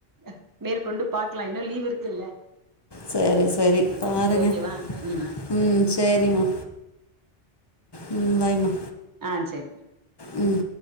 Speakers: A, on the right (about 20°); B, on the left (about 25°).
A: அ மேற்கொண்டு பாக்கலா இன்னு லீவ் இருக்குல்ல
B: சேரி சேரி பாருங்க
A: ஓகேவா ம்
B: ம் சேரிம்மா ம் பைம்மா
A: ஆ சேரி
B: ம்